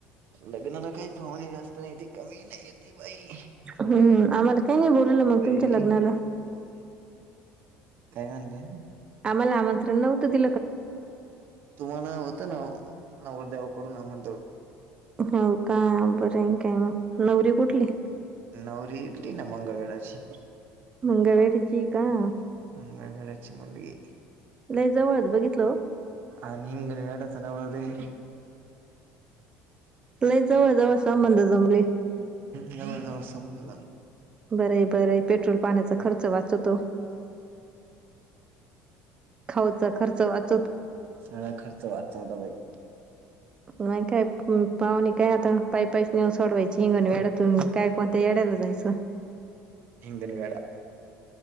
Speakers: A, on the right; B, on the right.
A: लग्नाला काही पाहुणे जास्त नाही ती कमी नाही येते बाई
B: हम्म आम्हाला काही नाही बोललं मग
A: ते
B: तुमच्या लग्नाला?
A: काय म्हणते?
B: आम्हाला आमंत्रण नव्हतं दिल
A: तुम्हाला होतं नव नवरदेवाकडून आमंत्रण
B: हो का बरं काय मग नवरी कुठली?
A: नवरी इथली ना मंगळवेढाची
B: मंगळवेढाची काय?
A: मंगळवेढयाची मुलगी
B: लय जवळ बघितलं
A: आणि हिंगणवेढाचा नवरदेव
B: लई जवळ जवळ संबंध जमले.
A: जवळ जवळ समजलं
B: बर बरं पेट्रोल पाण्याचा खर्च वाचवतो. खाऊच खर्च वाचतो
A: सगळा खर्च वाचवला बाई
B: मग काय पाहुणी काय आता पायपाईस नेऊन सोडवायची हिंगण वेड्यातून काय कोणत्या येड्यायला जायचं.
A: हिंगन वेळा